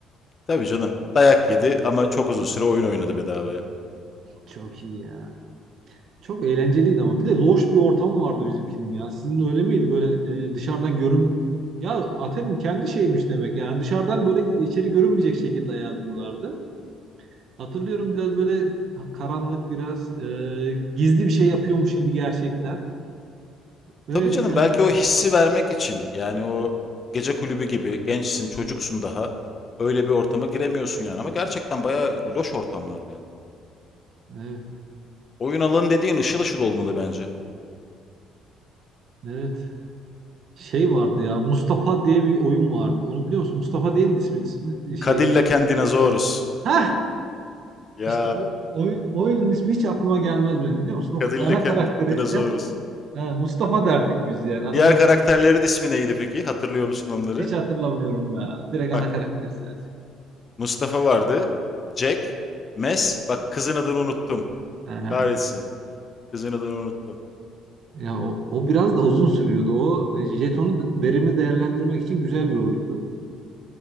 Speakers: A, on the left; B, on the right.
A: Tabii canım. Dayak yedi ama çok uzun süre oyun oynadı bedavaya.
B: Çok iyi ya. Çok eğlenceliydi ama. Bir de loş bir ortam vardı bizimkinin ya. Sizin de öyle miydi? Böyle e, dışarıdan görün... Ya Aten'in kendi şeymiş demek. Yani dışarıdan böyle içeri görünmeyecek şekilde ayarlıyorlardı. Hatırlıyorum biraz böyle karanlık biraz e, gizli bir şey yapıyormuş gibi gerçekten. Öyle
A: Tabii canım
B: bir...
A: belki o hissi vermek için yani o gece kulübü gibi gençsin, çocuksun daha. Öyle bir ortama giremiyorsun yani ama gerçekten bayağı loş ortamlardı ya.
B: Evet,
A: Oyun alanı dediğin ışıl ışıl olmalı bence.
B: evet. Şey vardı ya. Mustafa diye bir oyun vardı. Onu biliyor musun? Mustafa değildi ismin. ismi şey
A: Cadillac and Dinosaurus.
B: oyun.
A: Ya
B: İşte o oyun oyunun ismi hiç aklıma gelmez benim biliyor musun? O
A: Cadillac
B: ana karakteri
A: and Dinosaurus.
B: hep ha, Mustafa derdik biz yani. Adamın
A: Diğer
B: da
A: karakterlerin ismi neydi peki? Hatırlıyor musun onları?
B: hiç hatırlamıyorum ya. Direkt
A: Bak
B: ana karakteri sadece.
A: Mustafa vardı. Jack. Mes. Bak kızın adını unuttum.
B: Aha.
A: Kahretsin. Kızın adını unuttum.
B: Ya o, o biraz da uzun sürüyordu. O e, jetonu de- verimli değerlendirmek için güzel bir oyundu.